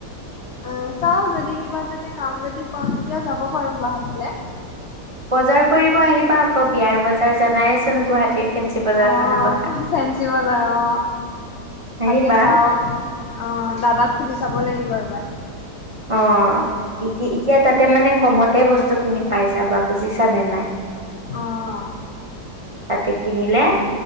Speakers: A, on the left; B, on the right.
A: অ চাও যদি কিবা যদি কাম যদি পাও তেতিয়া যাব পাৰো গুৱাহাটীলে।
B: বজাৰ কৰিব আহিবা আকৌ বিয়াৰ বজাৰ জানাইচোন গুৱাহাটীৰ ফেঞ্চি বজাৰ
A: অ
B: খনৰ কথা।
A: ফেঞ্চি বজাৰ অ তাকে
B: আহিবা
A: চাও। অ' দাদাক সুধি চাব লাগিব এবাৰ।
B: অ' ইতি এতিয়া তাতে মানে কমতে বস্তু খিনি পাই যাবা, বুজিছা নে নাই?
A: অ'
B: তাতে কিনিলে